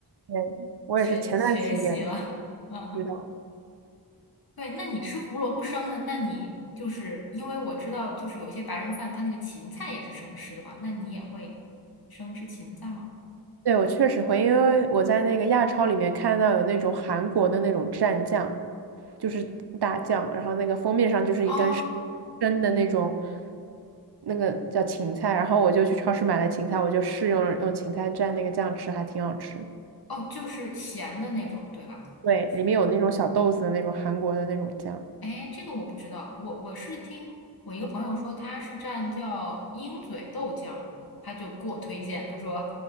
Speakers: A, on the right; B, on the left.
A: 对，我也是前段时间
B: 学学习了，嗯。
A: 知道。
B: 对，那你吃胡萝卜生的，那你就是因为我知道，就是有些白人饭他那个芹菜也是生吃的吧？那你也会生吃芹菜吗？
A: 对，我确实会，因为我在那个亚超里面看到有那种韩国的那种蘸酱，就是大酱，然后那个封面上就是一根生
B: 啊，
A: 生的那种，那个叫芹菜，然后我就去超市买了芹菜，我就试用了用芹菜蘸那个酱吃，还挺好吃的。
B: 哦，就是咸的那种，对吧？
A: 对，
B: 就是，
A: 里面有那种小豆子的那种韩国的那种酱。
B: 哎，这个我不知道，我我是听我一个朋友说，他是蘸叫鹰嘴豆酱，他就给我推荐，他说